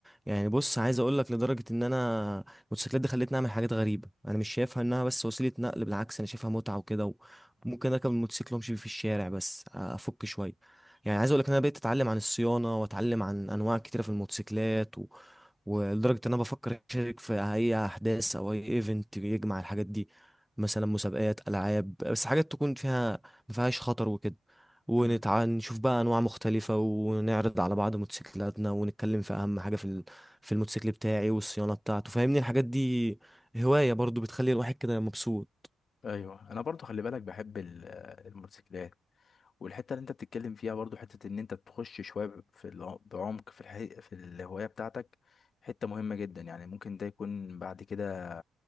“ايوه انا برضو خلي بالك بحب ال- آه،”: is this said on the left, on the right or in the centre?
Left